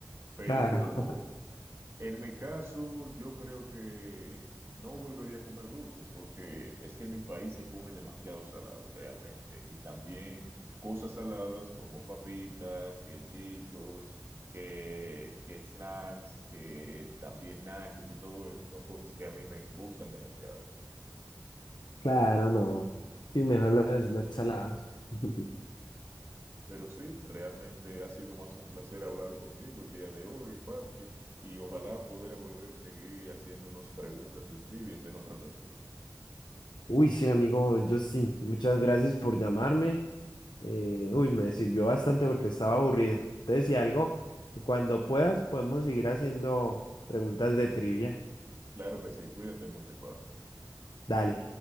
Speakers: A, on the right; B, on the left.
A: Pero
B: Claro,
A: En mi caso, yo creo que no volvería a comer dulces porque es que en mi país se come demasiado salado realmente y también cosas saladas como papitas, que chitos, que, que snacks, que también nachos y todo eso son cosas que a mí me gustan demasiado.
B: <laughs> claro, no. Sí, mejor los snacks salados. <laughs>
A: Pero sí, realmente ha sido más que un placer hablar contigo el día de hoy, Patrick, y ojalá poder volver a seguir haciéndonos preguntas de trivias en otra ocasión.
B: Uy, sí, amigo yo sí, Muchas gracias por llamarme. Eh, uy, me sirvió bastante porque estaba aburrido. Entonces, si algo, cuando puedas, podemos seguir haciendo preguntas de trivia.
A: Claro que sí, cuídate mucho, Patrick.
B: Dale.